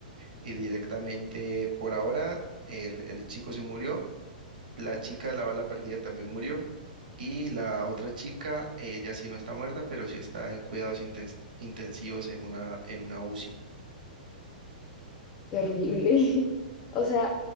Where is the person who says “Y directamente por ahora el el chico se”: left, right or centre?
Right